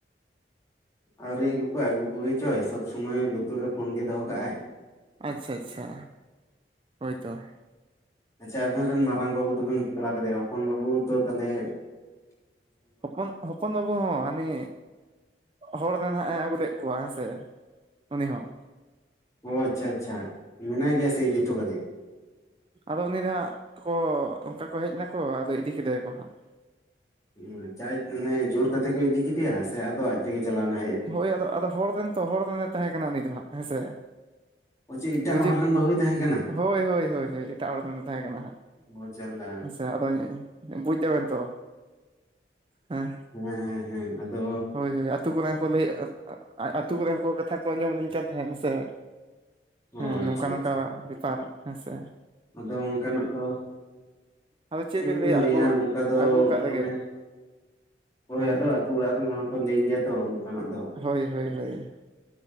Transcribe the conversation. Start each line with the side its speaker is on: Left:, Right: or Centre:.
Left: ᱟᱹᱣᱨᱤ ᱟᱹᱜᱩ ᱠᱚᱣᱟᱭ ᱾ᱟᱹᱜᱩ ᱠᱚᱜᱮ ᱪᱚᱭ ᱥᱚᱵᱽ ᱥᱩᱢᱚᱭ ᱞᱩᱛᱩᱨ ᱨᱮ ᱯᱷᱳᱱ ᱜᱮ ᱫᱚᱦᱚ ᱠᱟᱜᱼᱟᱭ᱾
Right: ᱟᱪᱪᱷᱟ ᱟᱪᱪᱷᱟ ᱦᱳᱭᱛᱚ ᱾
Left: ᱟᱪᱪᱷᱟ ᱟᱵᱤᱱ ᱨᱮᱱ ᱢᱟᱨᱟᱝ ᱵᱟᱹᱵᱩ ᱫᱚᱵᱤᱱ ᱵᱟᱯᱞᱟ ᱠᱮᱫᱮᱭᱟ, ᱦᱚᱯᱚᱱ ᱵᱟᱹᱵᱩ ᱫᱚ ᱛᱟᱞᱦᱮ
Right: ᱦᱚᱯᱚᱱ ᱦᱚ ᱦᱚᱯᱚᱱ ᱵᱟᱹᱵᱩ ᱦᱚᱸ ᱦᱟᱹᱱᱤ ᱦᱚᱲ ᱨᱮᱱ ᱦᱟᱸᱜ ᱮ ᱟᱹᱜᱩ ᱞᱮᱫ ᱠᱚᱣᱟ ᱦᱮᱸ ᱥᱮ ᱩᱱᱤ ᱦᱚᱸ᱾
Left: ᱚ ᱟᱪᱪᱷᱟ ᱟᱪᱪᱷᱟ ᱢᱮᱱᱟᱭ ᱜᱮᱭᱟ ᱥᱮ ᱤᱫᱤ ᱦᱚᱴᱚ ᱠᱟᱫᱮᱭᱟᱭ ‍‌?
Right: ᱟᱫᱚ ᱩᱱᱤ ᱫᱚ ᱦᱟᱸᱜ ᱠᱚ ᱚᱱᱠᱟ ᱠᱚ ᱦᱮᱡ ᱱᱟᱠᱚ ᱟᱫᱚ ᱤᱫᱤ ᱠᱮᱫᱮᱭᱟᱠᱚ ᱦᱟᱸᱜ᱾
Left: ᱩᱸ ᱪᱟᱭ ᱢᱟᱱᱮ ᱡᱳᱨ ᱠᱟᱛᱮ ᱠᱚ ᱤᱫᱤ ᱠᱮᱫᱮᱭᱟ ᱥᱮ ᱟᱫᱚ ᱟᱡ ᱛᱮᱜᱮ ᱪᱟᱞᱟᱣ ᱱᱟ?
Right: ᱦᱳᱭ ᱟᱫᱚ ᱟᱫᱚ ᱦᱚᱲ ᱨᱮᱱ ᱛᱚ ᱦᱚᱲ ᱨᱮᱱᱮ ᱛᱟᱦᱮᱸ ᱠᱟᱱᱟ ᱩᱱᱤ ᱫᱚ ᱦᱟᱸᱜ, ᱦᱮᱸᱥᱮ?
Left: ᱚ ᱪᱮᱫ ᱮᱴᱟᱜ
Right: ᱵᱩᱡᱷᱟᱹᱜ
Left: ᱦᱚᱲ ᱨᱮᱱ ᱵᱟᱹᱦᱩᱭ ᱛᱟᱦᱮᱸ ᱠᱟᱱᱟ
Right: ᱦᱳᱭ ᱦᱳᱭ ᱦᱳᱭ ᱦᱳᱭ ᱮᱴᱟᱜ ᱦᱚᱲ ᱨᱮᱱᱮ ᱛᱟᱦᱮᱸ ᱠᱟᱱᱟ ᱦᱟᱸᱜ᱾
Left: ᱚ ᱡᱟᱞᱟ
Right: ᱦᱮᱸᱥᱮ ᱟᱫᱚ ᱵᱩᱡ ᱫᱟᱵᱮᱱ ᱛᱚ ᱦᱮᱸ
Left: ᱦᱮᱸ ᱦᱮᱸ ᱦᱮᱸ ᱾ ᱟᱫᱚᱻ
Right: ᱦᱳᱭ ᱦᱳᱭ ᱟᱹᱛᱳ ᱠᱚᱨᱮᱱ ᱦᱚᱸ ᱠᱚ ᱞᱟᱹᱭ ᱟᱹᱛᱳ ᱠᱚᱨᱮ ᱦᱚᱲ ᱠᱟᱛᱷᱟ ᱠᱚ ᱟᱸᱡᱚᱢ ᱟᱹᱞᱤᱧ ᱠᱟᱱ ᱛᱟᱦᱮᱱ ᱦᱮᱸ ᱥᱮ ᱾
Left: ᱚ
Right: ᱦᱮᱸ
Left: ᱟᱪᱪᱷᱟ
Right: ᱱᱚᱝᱠᱟ ᱱᱚᱝᱠᱟ
Left: ᱟᱪᱪᱷᱟ
Right: ᱵᱮᱯᱟᱨ ᱦᱮᱸ ᱥᱮ ᱾
Left: ᱟᱫᱚ ᱚᱱᱠᱟᱱᱟᱜ ᱫᱚ
Right: ᱟᱫᱚ
Left: ᱪᱮᱫ
Right: ᱵᱮᱱ
Left: ᱵᱤᱱ ᱞᱟᱹᱭᱟ
Right: ᱟᱹᱜᱩ
Left: ᱱᱚᱝᱠᱟ ᱫᱚ
Right: ᱟᱹᱜᱩ ᱠᱟᱜ ᱨᱮᱜᱮ
Left: ᱢᱟᱱᱮ, ᱦᱳᱭ
Right: ᱦᱮᱸ
Left: ᱟᱫᱚ ᱟᱛᱩ ᱚᱲᱟᱜ ᱨᱮᱱ ᱦᱚᱲ ᱦᱚᱸᱠᱚ ᱞᱟᱹᱭ ᱜᱮᱭᱟ ᱛᱚ ᱚᱱᱠᱟᱱᱟᱜ ᱫᱚ᱾
Right: ᱦᱳᱭ ᱦᱳᱭ ᱦᱳᱭ᱾